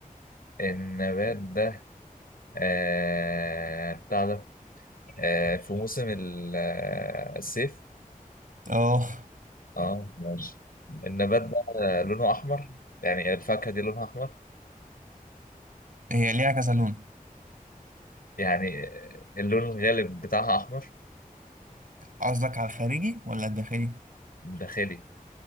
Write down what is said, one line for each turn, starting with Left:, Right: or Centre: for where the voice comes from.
Left: النبات ده آه بتاع ده آه في موسم ال- آه، الصيف
Right: اه
Left: اه ماشي النبات ده آه، لونه أحمر يعني الفاكهة دي لونها أحمر
Right: هي ليها كذا لون
Left: يعني آه، اللون الغالب بتاعها أحمر
Right: قصدك على الخارجي ولا الداخلي
Left: داخلي